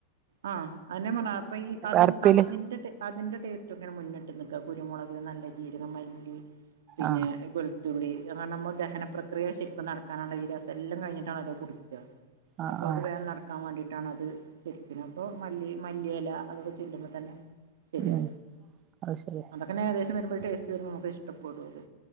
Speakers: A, on the right; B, on the right.
A: ആ അകന്നെ ഞാൻ പറഞ്ഞെ അപ്പൊ ഈ അതി
B: അരപ്പില്
A: അതിന്റെ അതിന്റെ ടേസ്റ്റ് ഒക്കെങ്ങനെ മുന്നിട്ട് നിൽക്കുക കുരുമുളക് നല്ല ജീരകം മല്ലി പിന്നെ
B: ആഹ്
A: ത്തുള്ളി അങ്ങനെ നമ്മൾ ദഹനപക്രിയ ശരിക്കും നടക്കാനുള്ള ഈ രസംല്ലാം ഞ്ഞിട്ടണല്ലോ കുടിക്കുക
B: ആഹ്
A: അപ്പൊ
B: ആഹ്
A: അത് വേഗം നടക്ക ക്കാൻ വേണ്ടിട്ടണ അത് ശരിക്കിനും അപ്പൊ മല്ലി മല്ലിയെല അതൊക്കെ ചെല്ലുമ്പോ തന്നെ ശരിയാ
B: ഉം അത് ശരി
A: അതൊക്കനെ ഏകദേശം വരുമ്പോൾ ടേസ്റ്റ് വരും നമുക്ക് ഇഷ്ടപ്പെടുും അത്